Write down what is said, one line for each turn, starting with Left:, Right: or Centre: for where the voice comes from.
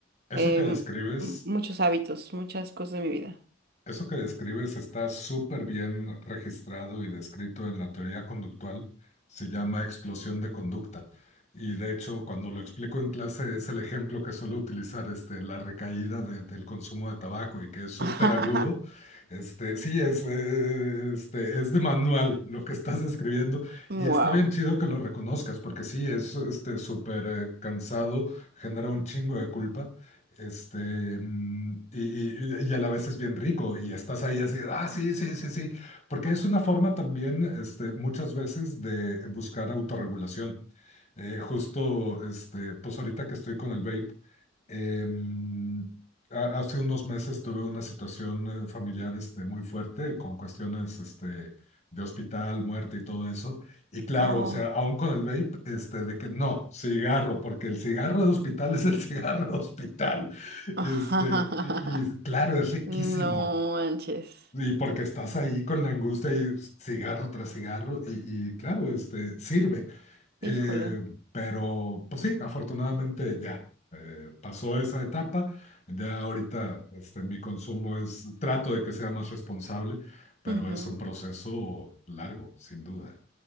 Left: Eso
Right: eh,
Left: que
Right: m-
Left: describes
Right: m- muchos hábitos, muchas cosas de mi vida.
Left: Eso que describes está súper bien registrado y descrito en la teoría conductual, se llama explosión de conducta. Y de hecho, cuando lo explico en clase, es el ejemplo que suelo utilizar, este, la recaída de- del consumo de tabaco y que es súper
Right: <laughs>
Left: agudo. Este, sí, es, eh, este, es de manual lo que estás describiendo
Right: Wow.
Left: y está bien chido que lo reconozcas porque sí, es este, súper eh, cansado, genera un chingo de culpa. Este, mm, y, y- y a la vez es bien rico y estás ahí así, ah, sí, sí, sí, sí, porque es una forma también, este, muchas veces de buscar autorregulación. Eh, justo, este, pues ahorita que estoy con el vape, Em, ha- hace unos meses tuve una situación eh, familiar este, muy fuerte con cuestiones este, de hospital, muerte y todo eso. Y claro,
Right: Oh.
Left: o sea, aún con el vape, este, de que no, cigarro, porque el cigarro de hospital es el <laughs> cigarro de hospital.
Right: <laughs>
Left: Este, y, y claro, es riquísimo.
Right: No manches,
Left: Y porque estás ahí con la angustia y cigarro tras cigarro, y, y claro, este, sirve. Eh,
Right: híjole.
Left: pero, pues sí, afortunadamente ya eh, pasó esa etapa. Ya ahorita este, mi consumo es, trato de que sea más responsable, pero
Right: Ujú.
Left: es un proceso largo, sin duda.